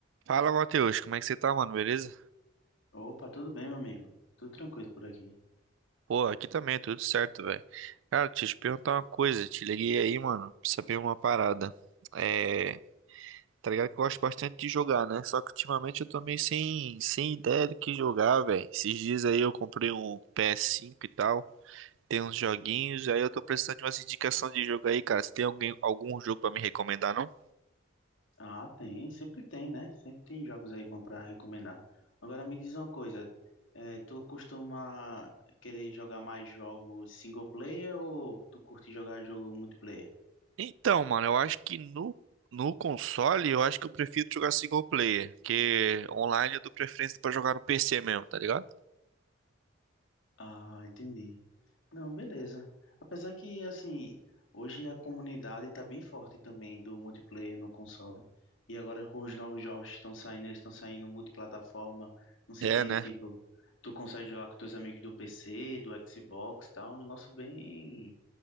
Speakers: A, on the right (about 75°); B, on the left (about 85°).
A: Fala, Matheus, como é que você tá, mano? Beleza?
B: Opa, tudo bem, meu amigo? Tudo tranquilo por aqui.
A: Pô, aqui também, tudo certo, velho. Cara, deixa eu te perguntar uma coisa. Te liguei aí, mano, pra saber uma parada. É, tá ligado que eu gosto bastante de jogar, né? Só que ultimamente eu tô meio sem, sem ideia do que jogar, velho. Esses dias aí eu comprei um PS5 e tal. Tem uns joguinhos, aí eu tô precisando de umas indicações de jogo aí, cara. Você tem alguém, algum jogo pra me recomendar, não?
B: Ah, tem, sempre tem, né? Sempre tem jogos aí bons pra recomendar. Agora me diz uma coisa, eh, tu costuma querer jogar mais jogos single player ou tu curte jogar jogo multiplayer?
A: Então, mano, eu acho que no, no console, eu acho que eu prefiro jogar single player, porque online eu dou preferência pra jogar no PC mesmo, tá ligado?
B: Ah, entendi. Não, beleza. Apesar que, assim, hoje a comunidade tá bem forte também do multiplayer no console. E agora com os novos jogos que estão saindo, eles estão saindo multiplataforma, no sentido,
A: É, né?
B: tipo, tu consegue jogar com teus amigos do PC, do Xbox, tá? Um negócio bem,